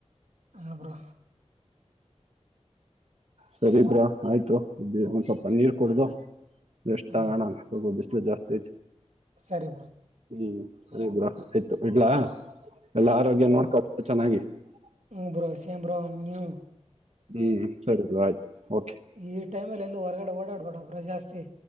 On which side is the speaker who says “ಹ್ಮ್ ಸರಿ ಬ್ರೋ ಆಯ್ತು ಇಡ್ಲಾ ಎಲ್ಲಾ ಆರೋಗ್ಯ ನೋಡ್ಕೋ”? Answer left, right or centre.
Right